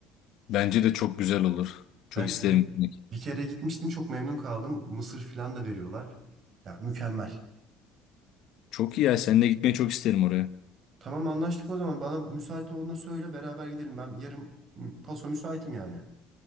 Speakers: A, on the left; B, on the right.
A: Bence de çok güzel olur. Çok
B: Ben
A: isterim
B: bir,
A: gitmek.
B: bir kere gitmiştim çok memnun kaldım. Mısır falan da veriyorlar. Ya mükemmel.
A: Çok iyi ya seninle gitmeyi çok isterim oraya.
B: Tamam anlaştık o zaman. Bana müsait olduğunda söyle beraber gidelim. Ben yarın m, paso müsaitim yani.